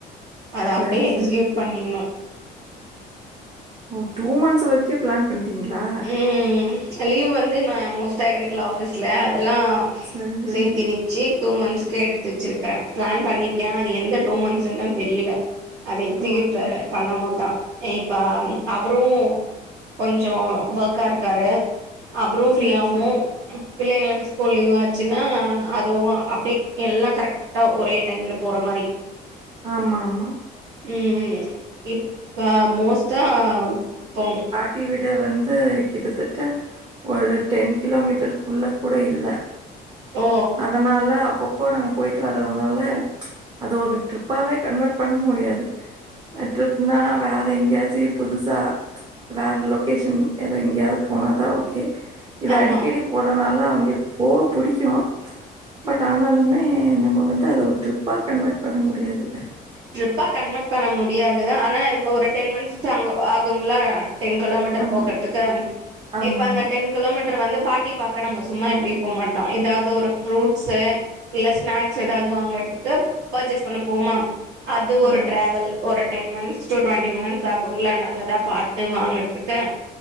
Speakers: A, on the right; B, on the right.
A: அத
B: சரி,
A: அப்டியே எக்ஸிகியூட்
B: சரி.
A: பண்ணிட்னு
B: ஓ டூ மந்த்ஸ் வரைக்கே ப்ளன் பண்ட்டீங்ளா
A: ம் லீவ் வந்து நா மோஸ்ட்டா எடுக்கல ஆஃபீஸ்ல அதெல்லா
B: சரி, சரி.
A: சேத்தி வி சேர் டூ மந்த்ஸ்க்கு எடுத்து வச்சிருக்கிற ப்ளன் பண்ணிருக்க அது எந்த டூ மந்த்ஸ்ன் தா தெரியல அத எக்ஸிக்யூட்
B: ஓகே,
A: அ
B: ஓகே.
A: பண்ணபோதா அ இப்ப அவரு கொஞ்சோ ஒர்க்கா இருக்காரு அவரு ஃப்ரீயாவணு
B: சரி, சரி.
A: பிள்ளைங்களுக்கு ஸ்கூல் லீவ் ஆச்சுன்னா அதுவு அப்டி எல்லா கரெக்ட் டா ஒரே டைம்ல போற மாரி
B: ஆமா ஆமா
A: ம் ம் இப்ப மோஸ்டா போ
B: குட்டி விட வந்து கிட்டத்தட்ட ஒரு டென் கிலோமீட்டருக்குள்ள கூட இல்ல
A: ஓ
B: அதனால அப்பொப்போ நாங்க போயி்ட்டு வர்துனால அத ஒரு ட்ரிப்பாவே கன்வெர்ட் பண்ண முடியாது ட்ரிப்புனா வேற எங்கியாச்சீ புதுசா வேற லொகேஷ்ன் ஏதோ எங்கேயாவுது போன தா ஓகே இது
A: ஆமா
B: அடிக்கடி போறதுனால அவுங்களுக்கு போக புடிக்கு பட் ஆனாலுமே நம்ம வந்து அத ஒரு ட்ரிப்பா கன்வெர்ட் பண்ண முடியாது
A: ட்ரிப்பா கன்வெர்ட் பண்ண முடியாது ஆனா இப்ப ஒரு டென் மினிட்ஸ் தாங்குங்ளா டென் கிலோமீட்டர்
B: ஆமா.
A: போகுறதுக்கு
B: ஆமாமா.
A: இப்ப அந்த டென் கிலோமீட்டர் வந்து பாட்டி பாக்க நம்ம சும்மா எப்டிம் போமாட்டோ எதாவுது ஒரு ஃப்ரூட்ஸு இல்ல ஸ்நாக்ஸ் எதாவுது வாங்குறதுக்கு பர்ச்சேஸ் பண்ண போவோமா அது ஒரு
B: ஆமா.
A: டிராவல் ஒரு டென் மனிட்ஸ் டுவெண்ட்டி மினிட்ஸ் ஆகுங்களா நல்லதா பாத்து வாங்குறதுக்கு